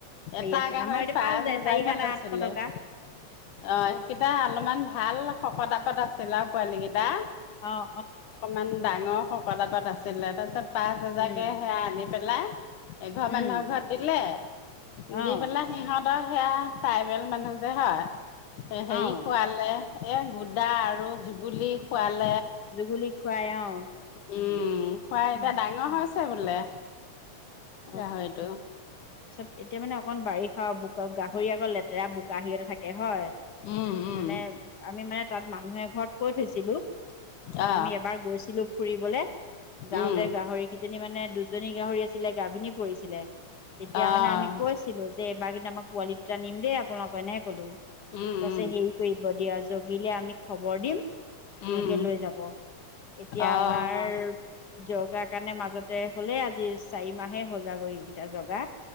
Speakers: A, on the left (about 70°); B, on the left (about 80°).
A: হেৰি
B: এটা
A: আছে
B: গাহৰিত
A: আমাৰ এতিয়া
B: পাঁচ
A: যায়
B: হেজাৰকে
A: চাৰি সাত
B: লৈছিলে,
A: আঠশ টকা
B: অ', সেইকেইটা অলপমান ভা ভাল শকত আবত আছিল আৰু পোৱালি কেইটা।
A: অ' অ'
B: ইমান ডাঙৰ শকত আবত আছিলে, তাৰপিছত পাঁচ হাজাৰ
A: উম
B: কে সেয়া আনি পেলাই এঘৰ
A: উম
B: মানুহৰ ঘৰত দিলে,
A: অ
B: দি পেলাই সিহঁত তাৰপৰা সেয়া ট্ৰাইবেল মানুহ যে হা এ-হেৰি
A: অ
B: খোৱালে এ, গুদা আৰু যুগুলি খুৱাল
A: যুগুলি খুৱাই অ'।
B: উম। খোৱাই এতিয়া
A: উম,
B: ডাঙৰ হৈছে। তাতে বোলে।
A: অ,
B: গাহৰিটো।
A: তাৰছত এতিয়া মানে অকণ বাৰিষা ব ক গাহৰি আকৌ লেতেৰা বোকা সিহঁতে থাকে হয়।
B: উম উম
A: মানে আমি মানে তাত মানুহে ঘৰত কৈ থৈছিলো
B: আহ
A: আমি এবাৰ গৈছিলো ফুৰিবলে যাওঁতে
B: উম
A: গাহৰি কেইজনী মানে দুজনী গাহৰি আ ছিলে গাভিনী পৰিছিলে। তেতিয়া
B: আহ
A: মানে আমি কৈছিলো যে এইবাৰ কিন্তু আমাক পোৱালি দুটা নিম দেই আপোনালোকৰ এনেকে কলো।
B: উম
A: পিছে
B: উম
A: হেৰি কৰিব দিয়া জগিলে আমি খবৰ দিম।
B: উম
A: লোকে লৈ যাব। এতিয়া
B: আহ
A: আমাৰ জৰকাৰ কাৰণে মাজত <unintelligible> হ'লেই আজি। চাৰি মাহে সজাগ কৰিকেইটা জগা।